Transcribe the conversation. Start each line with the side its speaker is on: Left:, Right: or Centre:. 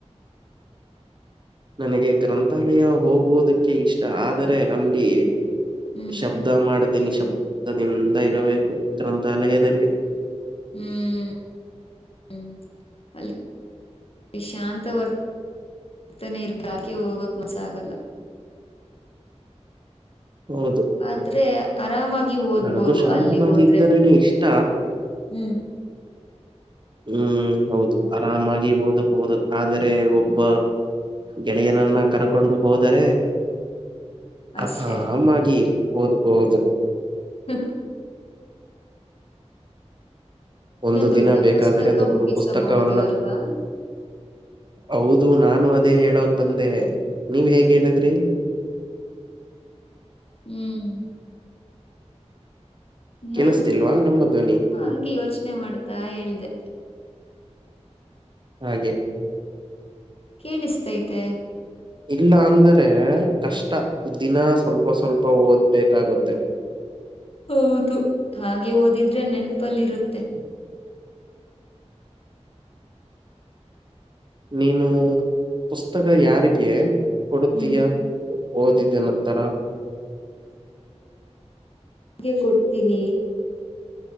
Right: ನನಗೆ ಗ್ರಂಥಾಲಯ ಹೋಗುವುದಕ್ಕೆ ಇಷ್ಟ ಆದರೆ ಅಲ್ಲಿ
Left: ಹ್ಮ್
Right: ಶಬ್ದ ಮಾಡ್ದೀನಿ ಶಬ್ದದಿಂದ ಇರಬೇಕು ಗ್ರಂಥಾಲಯದಲ್ಲಿ
Left: ಹ್ಮ್ ಹ್ಮ್ ಅಲ್ಲಿ ಶಾಂತ ವರ್ತ ಭರ್ತನೇ ಇರ್ಬೇಕ ಆಕೆ ಹೋಗಕ್ ಮೊಸ ಆಗಲ್ಲ
Right: ಹೌದು.
Left: ಆದ್ರೆ ಆರಾಮಾಗಿ ಓದ್ಬೋದು
Right: ನನಗೂ ಶಾಂತವಾಗಿ
Left: ಅಲ್ಲಿಗೆ ಹೋದ್ರೆ
Right: ಇದ್ದರೇನೆ ಇಷ್ಟ.
Left: ಹ್ಮ್
Right: ಹ್ಮ್ ಹೌದು ಆರಾಮಾಗಿಬಹದುಬಹುದು ಆದರೆ ಒಬ್ಬ ಗೆಳೆಯನ ನನ್ನ ಕರ್ಕೊಂಡು ಹೋದರೆ
Left: ಅಷ್ಟೆ
Right: ಅ ಅಮ್ಮಾಗಿ ಓದ್ಬೋದು
Left: ಹ್ಮ
Right: ಒಂದು
Left: ದೊಡ್ಡ
Right: ದಿನ ಬೇಕಾದರೆ
Left: ಪುಸ್ತಕ
Right: ದೊಡ್ಡ
Left: ಮುಗಿಸಬಹುದು
Right: ಪುಸ್ತಕವನ್ನ
Left: ಅಲ್ವಾ
Right: ಅದು ನಾನು ಅದೇ ಹೇಳಕ್ ಬಂದೆ ನೀವ್ ಹೇಗ್ ಹೇಳಿದ್ರಿ
Left: ಹ್ಮ್ ನಾನು
Right: ಕೇಳಿಸ್ತಿಲ್ವಾ ನಮ್ಮ ಧ್ವನಿ?
Left: ಹಂಗೆ ಯೋಚನೆ ಮಾಡ್ತಾ ಹೇಳ್ದೆ
Right: ಹಾಗೆ
Left: ಕೇಳಿಸ್ತೈತೆ
Right: ಇಲ್ಲ ಅಂದ್ರೆ ಕಷ್ಟ ದಿನ ಸ್ವಲ್ಪ ಸ್ವಲ್ಪ ಓದ್ಬೇಕಾಗುತ್ತೆ
Left: ಹೌದು ಹಾಗೆ ಓದಿದ್ರೆ ನೆನ್ಪಲ್ಲಿ ಇರುತ್ತೆ
Right: ನೀನು ಪುಸ್ತಕ ಯಾರಿಗೆ ಕೊಡುತ್ತೀಯ
Left: ಹ್ಮ್
Right: ಓದಿದ್ದ ನಂತರ
Left: ಹೀಗೆ ಕೊಡ್ತೀನಿ